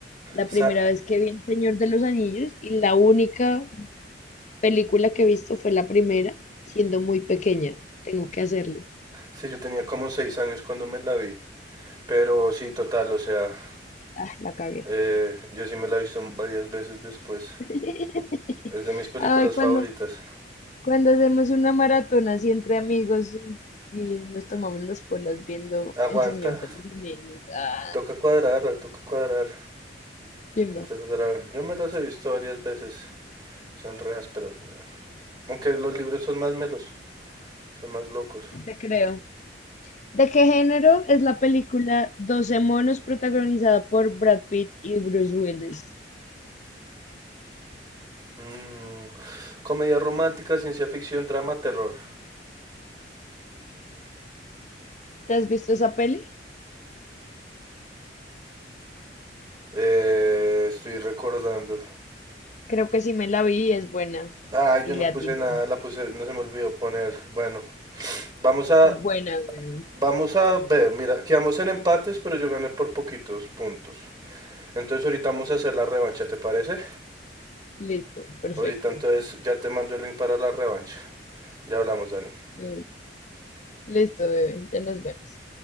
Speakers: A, on the left (about 40°); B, on the right (about 25°).
A: La
B: Sa-
A: primera vez que vi el Señor de los Anillos y la única película que he visto fue la primera, siendo muy pequeña. Tengo que hacerlo.
B: sí, yo tenía como 6 años cuando me la vi. Pero sí, total, o sea,
A: Ah, la cagué.
B: Eh, yo sí me la he visto varias veces después.
A: <laughs>
B: Es de mis películas
A: Ay, cuando
B: favoritas.
A: Cuando hacemos una maratona así entre amigos y nos tomamos las polas viendo
B: Aguanta,
A: El Señor de los Anillos. Ah,
B: toca cuadrar, toca cuadrar,
A: chimba,
B: toca cuadrar. Yo me las he visto varias veces. Son re ásperas, weón. Aunque los libros son más melos, son más locos.
A: te creo. ¿De qué género es la película Doce monos protagonizada por Brad Pitt y Bruce Willis?
B: Mm, Comedia romántica, ciencia ficción, drama, terror.
A: ¿Te has visto esa peli?
B: Eh, estoy recordando.
A: Creo que sí me la vi y es buena.
B: Ah, yo
A: Y
B: no
A: le
B: puse
A: atiné.
B: nada, la puse, no se me olvidó poner. Bueno, vamos a,
A: Es buena, weón.
B: vamos a ver. Mira, quedamos en empates, pero yo gané por poquitos puntos. Entonces ahorita vamos a hacer la revancha, ¿te parece?
A: Listo, perfecto.
B: Ahorita entonces ya te mando el link para la revancha. Ya hablamos, Dani.
A: Mm, Listo, bebé. Ya nos vemos.